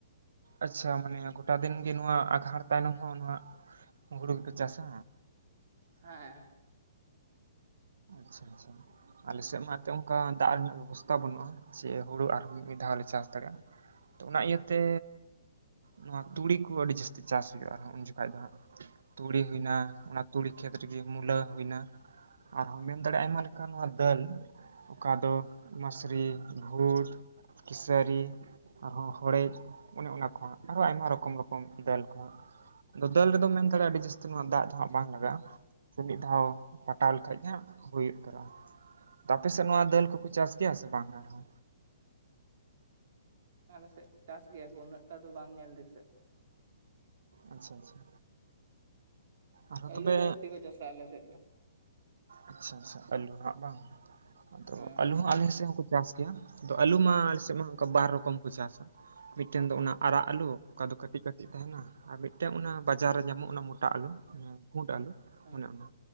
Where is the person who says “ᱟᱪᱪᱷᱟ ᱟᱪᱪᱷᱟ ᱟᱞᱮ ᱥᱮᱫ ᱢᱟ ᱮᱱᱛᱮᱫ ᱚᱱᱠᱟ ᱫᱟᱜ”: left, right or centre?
Right